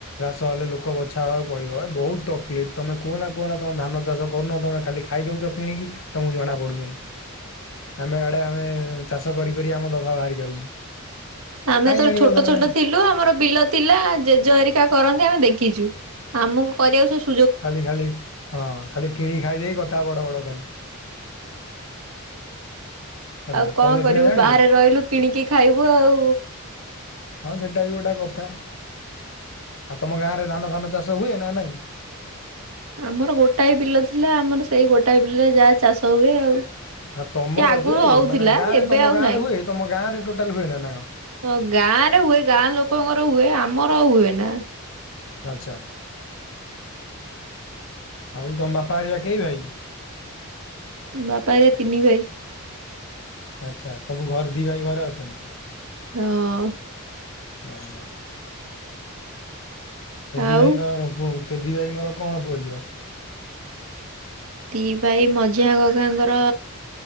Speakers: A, on the left; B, on the right.
A: ନହଲେ ଲୋକ ବଛା ହେବାକୁ ପଡିବ ଏ ବହୁତ ତକଲିଫ ତମେ କୁହନା କୁହନା ନା ତମେ ଧାନ ଚାଷ କରୁନ ତମେ ଖାଲି ଖା ଖାଇଦଉଛ କିଣିକି ତମୁକୁ ଜଣାପଡୁନେଇ।
B: <inaudible>
A: ଆମେ ଆଡେ ଆମେ ଚାଷ କରି କରି ଆମ ଦଫା ବାହାରି ଯାଉଛି।
B: ଆମେ
A: କାଇଁ
B: ଯେତେଳେ
A: ଜାଣିବ
B: ଛୋଟ
A: ତମେ।
B: ଛୋଟ ଥିଲ ଲୁ ଆମର ବିଲ ଥିଲା ଜେଜ ହେରିକା କରନ୍ତି ଆମେ ଦେଖିଛୁ ଆମକୁ କରିବାକୁ ସୁ
A: ଖାଲି ଖାଲି ହଁ ଖାଲି କିଣି ଖାଇ ଦେଇେ କଥା ବଡ ବଡ ଖାଲି। ହାଲୋ
B: ଆଉ କଣ
A: କଲେ
B: କରିବୁ
A: ସିନା ଜାଣିବ।
B: ବାହାରେ ରହିଲୁ କିଣିକି ଖାଇବୁ ଆଉ।
A: ହଁ ସେଟା ବି ଗୋଟେ କଥା। ଆଉ ତମ ଗାଁରେ ଧାନ ଫାନ ଚାଷ ହୁଏ ନା ନାଇଁ?
B: ଆମର ଗୋଟାଏ ବିଲ ଥିଲା ଆମର ସେଇ ଗୋଟାଏ ବିଲରେ ଯାହା ଚାଷ ହୁଏ ଆଉ।
A: ହଁ ତମର
B: ସିଏ ଆଗରୁ
A: ଯେ
B: ହଉଥିଲା
A: ମାନେ ଗାଁରେ
B: ଏବେ
A: ତମ
B: ଆଉ
A: ଗାଁ
B: ନାହିଁ।
A: ରେ ହୁଏ ତମ ଗାଁ ରେ ଟୋଟାଲ ହୁଏ ନା କଣ?
B: ହଁ ଗାଁ ରେ ହୁଏ ଗାଁ ଲୋକଙ୍କର ହୁଏ ଆମର ହୁଏ ନା।
A: ଆଚ୍ଛା। ଆଉ ତମ ବାପା ହେଇକା କେଇ ଭାଇ?
B: ବାପା ହେରିଆ ତିନି ଭାଇ।
A: ଆଚ୍ଛା ସବୁ ଘର ଦି ଭାଇ ଘରେ ଅଛନ୍ତି?
B: ହଁ
A: ଓହୋ ହେ ଦି
B: ଆଉ
A: ଭାଇଙ୍କର <unintelligible> ଦି ଭାଇଙ୍କର କଣ ପୁଅ ଝିଅ?
B: ଦି ଭାଇ ମଝିଆ କକାଙ୍କର